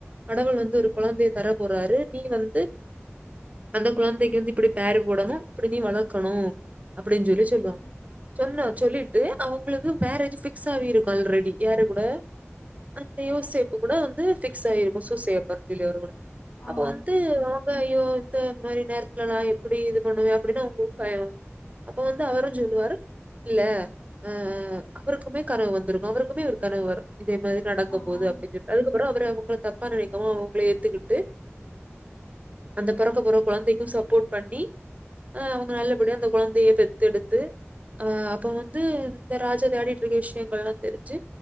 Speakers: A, on the right; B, on the left.
A: கடவுள் வந்து ஒரு குழந்தைய தர போறாரு நீ வந்து அந்த குழந்தைக்கு வந்து இப்டி பேரு போடணு இப்படி நீ வளக்கணு அப்டின்னு சொல்லி
B: ம்
A: சொல்லுவாங்க சொன்னா சொல்லிட்டு அவங்களுக்கு மேரேஜ் பிக்ஸ் ஆகி இருக்கு ஆல்ரெடி யா கூட அந்த யோசேப்பு கூட வந்து பிக்ஸ் ஆயிருக்கு சூசேப்பு டலிவரி கூட
B: ஆ
A: அப்ப வந்து அவங்க ஐயோ இந்த மாரி நேரத்துல நா எப்டி இது பண்ணுவே அப்டின்னு அவங்களுக்கு பய அப்ப வந்து அவருஞ் சொல்லுவாரு இல்ல அ ஆ அவருக்குமே கனவு வந்துருக்கு அவருக்குமே ஒரு கனவு வரு இதே மாரி நடக்கும்போது
B: ஆ
A: அப் அதுக்கப்புற அவற அவங்க தப்பான நெனைக்காம அவங்களே ஏத்துக்கிட்டு
B: <unintelligible>
A: அந்த பொறக்க போற கொழந்தைக்கு சப்போட் பண்ணி அ அவங்க நல்லபடியா அந்த கொழந்தைய பெத்தெடுத்து அ அப்போ வந்து இந்த ராஜா தேடிட்ருக்க விஷயங்கள்லா தெரிஞ்சு